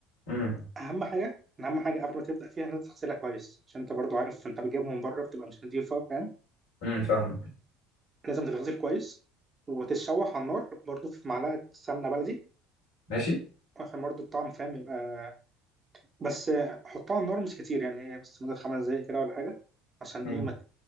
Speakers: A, on the left (about 70°); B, on the right (about 30°).
A: امم
B: اهم حاجه إن اهم حاجه قبل ما تبدا فيها ان انت تغسلها كويس عشان انت برضو عارف انت بتجيبها من بره بتبقى مش نضيفه فاهم
A: امم فاهم
B: لازم تتغسل كويس وتتشوح على النار برضو في معلقه سمنه بلدي
A: ماشي
B: عشان برضو الطعم فاهم يبقى بس حطها على النار مش كتير يعني هي بس مدة خمس دقايق كده ولا حاجة عشان
A: مم.
B: ايه ما